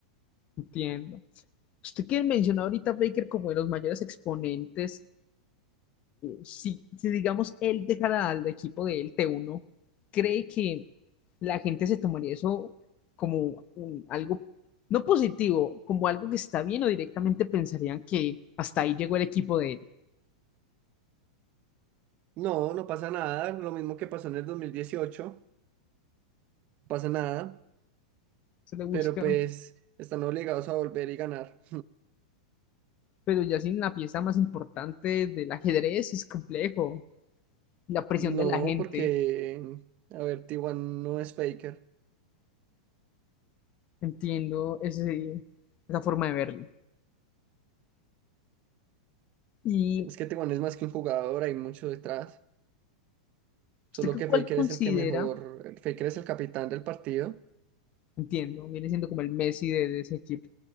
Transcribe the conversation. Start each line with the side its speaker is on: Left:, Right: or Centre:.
Left: Entiendo. Usted que mencionó ahorita a Baker como de los mayores exponentes si, si digamos él dejara al equipo de él T1, ¿cree que la gente se tomaría eso como un- algo no positivo, como algo que está bien o directamente pensarían que hasta ahí llegó el equipo de él?
Right: No, no pasa nada, lo mismo que pasó en el 2018 pasa nada,
Left: Se le busca,
Right: pero pues están obligados a volver y ganar.
Left: pero ya sin la pieza más importante del ajedrez es complejo. La presión
Right: No,
Left: de la gente,
Right: porque, a ver, T1 no es Faker.
Left: entiendo ese, esa forma de verlo. ¿Y
Right: Es que T1 es más que un jugador, hay mucho detrás. Solo
Left: usted qué-
Right: que
Left: cuál
Right: Faker
Left: considera?
Right: es el que mejor, el Faker es el capitán del partido.
Left: Entiendo, viene siendo como el Messi de, de ese equipo.